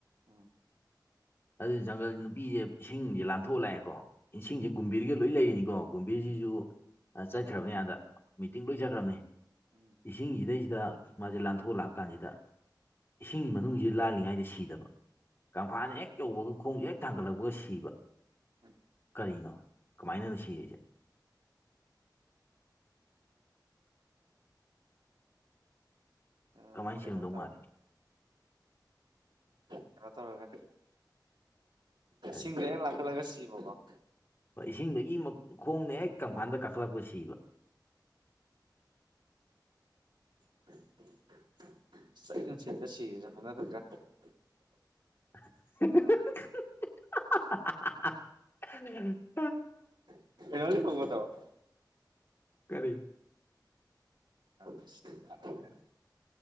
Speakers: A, on the right; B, on the left.
A: ꯎꯝ
B: ꯑꯗꯨ ꯖꯪꯒꯜ ꯅꯨꯄꯤꯁꯦ ꯏꯁꯤꯡꯁꯦ ꯂꯥꯟꯊꯣꯛ ꯂꯥꯛꯑꯦꯀꯣ ꯏꯁꯤꯡꯁꯦ
A: ꯎꯝ
B: ꯒꯨꯝꯕꯤꯔꯒ ꯂꯣꯏ ꯂꯩꯔꯤꯅꯤꯀꯣ ꯒꯣꯝꯕꯤꯔꯖꯤꯁꯨ ꯆꯠꯈ꯭ꯔꯕꯅꯦ ꯑꯗꯥ ꯃꯤꯇꯤꯡ ꯂꯣꯏ ꯆꯠꯈ꯭ꯔꯕꯅꯦ
A: ꯎꯝ ꯎꯝ
B: ꯏꯁꯤꯡꯁꯤꯗꯩꯁꯤꯗ ꯃꯥꯁꯦ ꯂꯥꯟꯊꯣꯛꯂꯛꯑ ꯀꯥꯟꯁꯤꯗ ꯏꯁꯤꯡ ꯃꯅꯨꯡꯁꯤ ꯂꯥꯜꯂꯤꯉꯥꯏꯗ ꯁꯤꯗꯕ ꯀꯪꯐꯥꯥꯟ ꯍꯦꯛ ꯌꯧꯕꯒ ꯈꯣꯡꯁꯦ ꯍꯦꯛ ꯊꯥꯡꯒꯠꯂꯛꯄꯒ ꯁꯤꯕ
A: ꯍ <inaudible>
B: ꯀꯔꯤꯅꯣ ꯀꯃꯥꯏꯅꯅꯣ ꯁꯤꯔꯤꯁꯦ
A: ꯎꯝ
B: ꯀꯃꯥꯏ ꯁꯤꯔꯝꯗꯧ
A: ꯀꯩꯅꯣ ꯇꯧꯔꯒ
B: ꯃꯥꯜꯂꯤ
A: ꯀꯩꯅꯣ ꯇꯧꯔꯒ
B: ꯀꯔꯤ
A: ꯏꯁꯤꯡꯗꯒ ꯂꯥꯛꯀꯠꯂꯒ ꯁꯤꯕꯀꯣ
B: ꯍꯣꯢ ꯏꯁꯤꯡꯗꯒꯤ ꯈꯣꯡꯅ ꯍꯦꯛ ꯀꯪꯐꯥꯟꯗ ꯀꯥꯈꯠꯂꯛꯄ ꯁꯤꯕ
A: <unintelligible>
B: <unintelligible>
A: <unintelligible>
B: ꯀꯔꯤ
A: <inaudible>